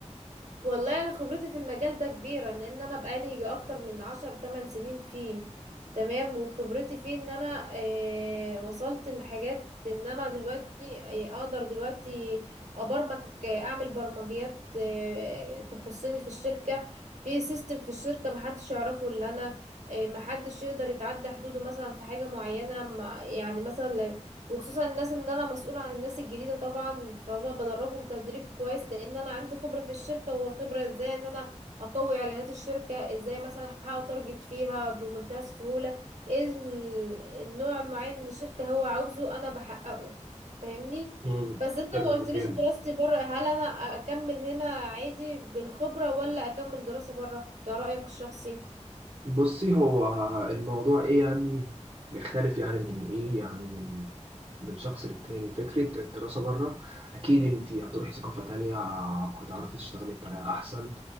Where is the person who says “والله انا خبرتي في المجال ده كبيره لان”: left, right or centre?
Right